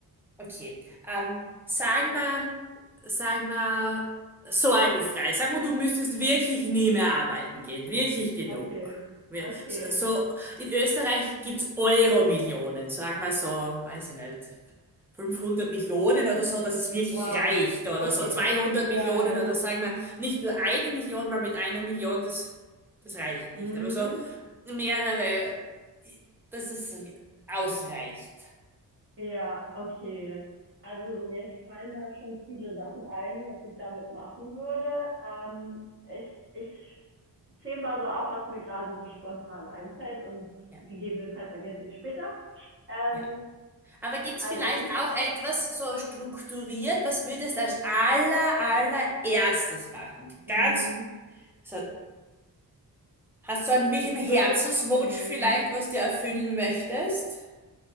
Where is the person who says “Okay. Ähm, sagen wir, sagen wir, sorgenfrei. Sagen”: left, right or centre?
Centre